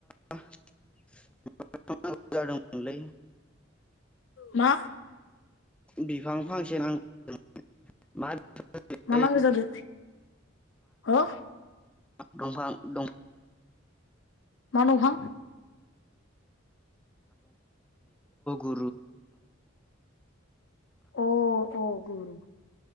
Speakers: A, in the centre; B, on the left.
A: <unintelligible> <unintelligible> मोनलै
B: मा?
A: बिफां फांसे <unintelligible> मा बिलाइ
B: मा नांगो जादो ह
A: दंफां-दंफां
B: मा दंफां
A: <unintelligible> <unintelligible>
B: अ अ गुरु